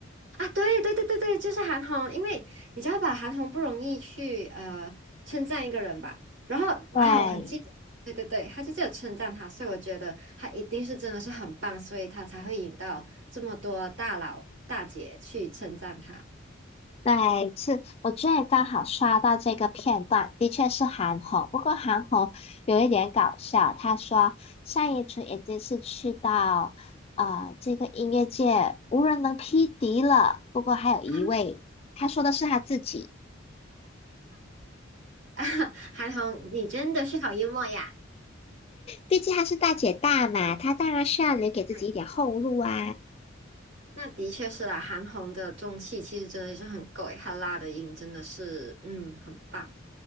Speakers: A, on the right; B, on the left.
A: 啊，对对对对对，就是韩红，因为你知道吧，韩红不容易去呃称赞一个人吧，然后啊，
B: 对。
A: 我很记得，对对对，他就只有称赞他，所以我觉得他一定是真的是很棒，所以他才会引到这么多大佬大姐去称赞他。
B: 对，是，我觉得刚好刷到这个片段，的确是韩红。不过韩红有一点搞笑，她说单依纯已经是去到呃这个音乐界无人能匹敌了。不过还有一位，
A: <laughs>
B: 她说的是她自己，
A: 啊，韩红，你真的是好幽默呀
B: 毕竟她是大姐大嘛，她当然是要留给自己一点后路啊。
A: <laughs>！那也是，那的确是啦，韩红的中气其实真的是很够诶，她拉的音真的是，嗯，很棒。